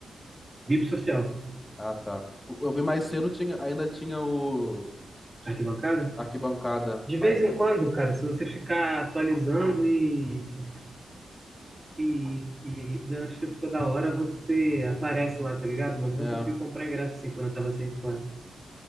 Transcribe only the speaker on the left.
Ah, tá. Eu vi mais cedo, tinha, ainda tinha o
arquibancada.
Ah,
É,
é,